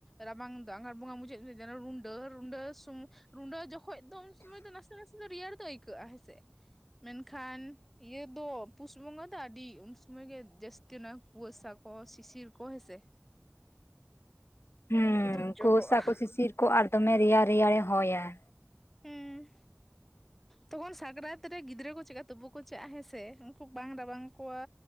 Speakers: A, in the centre; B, on the left.
A: ᱨᱟᱵᱟᱝ ᱫᱚ ᱟᱜᱷᱟᱲ ᱵᱚᱸᱜᱟ ᱢᱩᱪᱟᱹᱫ ᱡᱮᱱᱚ ᱨᱩᱱᱰᱟᱹ ᱨᱩᱱᱰᱟᱹ ᱥᱩ, ᱨᱩᱰᱟᱹ ᱡᱚᱠᱷᱚᱡ ᱫᱚ ᱩᱱ ᱥᱚᱢᱚᱭ ᱫᱚ ᱱᱟᱥᱮ ᱱᱟᱥᱮ ᱫᱚ ᱨᱮᱭᱟᱲ ᱫᱚ ᱟᱹᱭᱠᱟᱹᱜᱼᱟ ᱦᱮᱸᱥᱮ, ᱢᱮᱱᱠᱷᱟᱱ ᱤᱭᱟᱹ ᱫᱚ ᱯᱩᱥ ᱵᱚᱸᱜᱟ ᱫᱚ ᱟᱹᱰᱤ, ᱩᱱ ᱥᱚᱢᱚᱭ ᱜᱮ ᱡᱟᱹᱥᱛᱤ ᱚᱱᱟ ᱠᱩᱣᱟᱥᱟ ᱠᱚ ᱥᱤᱥᱤᱨ ᱠᱚ ᱦᱮᱸᱥᱮ᱾ ᱚᱱᱟ
B: ᱦᱩᱸ
A: ᱠᱚᱫᱚ
B: ᱚᱱᱠᱩᱣᱟᱹᱥᱟ
A: ᱡᱚᱨᱚᱜᱼᱟ
B: ᱠᱚ ᱥᱤᱥᱤᱨ ᱠᱚ ᱟᱨ ᱫᱚᱢᱮ ᱨᱮᱭᱟᱲ ᱨᱮᱭᱟᱲᱮ ᱦᱚᱭᱟ᱾ <inaudible>
A: ᱦᱩᱸ ᱛᱚᱠᱷᱚᱱ ᱥᱟᱠᱨᱟᱛ ᱨᱮ ᱜᱤᱫᱽᱨᱟᱹ ᱠᱚ ᱪᱮᱠᱠᱟ ᱛᱩᱯᱩ ᱠᱚ ᱪᱟᱜᱼᱟ ᱦᱮᱸᱥᱮ ᱩᱱᱠᱩ ᱵᱟᱝ ᱨᱟᱵᱟᱝ ᱠᱚᱣᱟ᱾